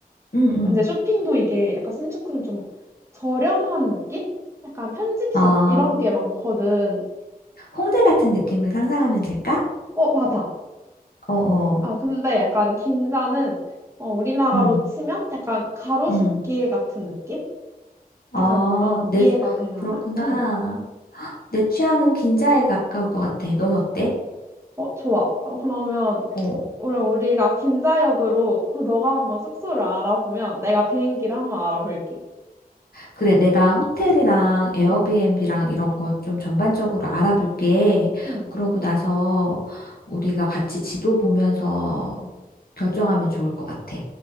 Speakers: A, on the left; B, on the right.
A: 응, 응.
B: 근데 쇼핑도 이게 약간 신주쿠는 좀 저렴한 느낌? 약간 편집샵
A: 어,
B: 이런 게 많거든.
A: 홍대 같은 느낌을 상상하면 될까?
B: 어, 맞아.
A: 어, 어,
B: 아, 근데 약간 긴자는 어, 우리나라로
A: 응,
B: 치면 약간 가로수길
A: 응.
B: 같은 느낌?
A: 어,
B: 약간 어,
A: 내,
B: 이해가 되려나?
A: 그렇구나.
B: 응.
A: 내 취향은 긴자에 가까울 것 같아. 넌 어때?
B: 어, 좋아. 어, 그러면
A: 어.
B: 우리 우리가 긴자역으로 그럼 너가 한번 숙소를 알아보면 내가 비행기를 한번 알아볼게.
A: 그래, 내가 호텔이랑 에어비앤비랑
B: 응.
A: 이런 거 좀 전반적으로 알아볼게.
B: 응.
A: 그러고 나서 우리가 같이 지도 보면서 결정하면 좋을 것 같아.